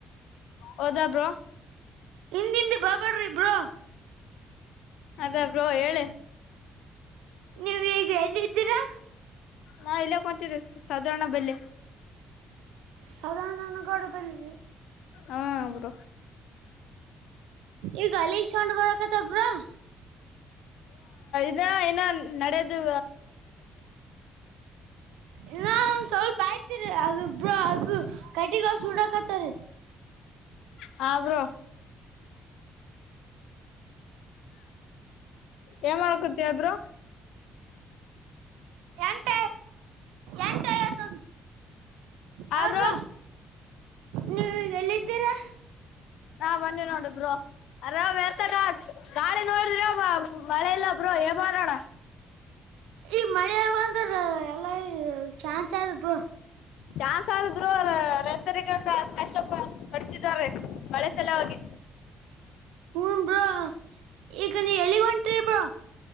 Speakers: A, on the left; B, on the right.
A: ಹೌದಾ ಬ್ರೋ.
B: ಹಿಂದಿಂದ್ ಬರ್ಬೇಡ್ರಿ ಬ್ರೊ.
A: ಅದೇ ಬ್ರೋ ಹೇಳಿ.
B: ನೀವ್ ಈಗ ಎಲ್ಲಿದ್ದೀರಾ.
A: ನಾ ಇಲ್ಲೆ ಕೂತಿದ್ದೀವಿ ಸಾ ಸಾಧಾರಣ ಬೆಲ್ಲಿ.
B: ಸಾಧಾರಣ <unintelligible>
A: ಹಾ ಬ್ರೊ.
B: ಈಗ ಅಲಿಗ್ ಸೊಂಡ ಬರಕತ್ತವ್ ಬ್ರೊ.
A: ಏ ಇನ್ನ ನಡೆದು.
B: ಇನ್ನಾ ಸ್ವಲ್ಪ ಆಯ್ತಿರಿ ಅದು ಬ್ರೋ ಅದು ಕಟ್ಟಿಗೆ ಸುಡಕತ್ತರಿ.
A: ಹಬ್ರೊ ಏನ್ ಮಾಡಕತ್ತೀಯ ಬ್ರೊ.
B: ಎಂಟ ಎಂಟ ಐವತ್ತೊಂದು ಹೌದ್
A: ಆ ಬ್ರೊ
B: ಬ್ರೋ ನೀವ್ ಎಲ್ಲಿದ್ದೀರಾ.
A: ಹಾ ಬಂದ್ವಿ ನೋಡು ಬ್ರೋ ಅರಾಮ್ ಎತ ಗಾಳಿ ನೋಡಿದ್ರಿ ಮಳೆ ಇಲ್ಲ ಬ್ರೋ ಏನ್ ಮಾಡಣ.
B: ಈ ಮಳೆ ಬಂದ್ರ ಎಲ್ಲ ಚಾನ್ ಚಲ್ ಬ್ರೊ.
A: ಚಾನ್ಸ ಆದ ಬ್ರೋ ರೈತರಿಗ ಕಷ್ಟಪ ಪಡ್ತಿದ್ದಾರೆ ಮಳೆ ಸಲವಾಗಿ.
B: ಹ್ಮ ಬ್ರೊ ಈಗ ನೀ ಎಲ್ಲಿಗ್ ಹೊಂಟಿರಿ ಬ್ರೊ.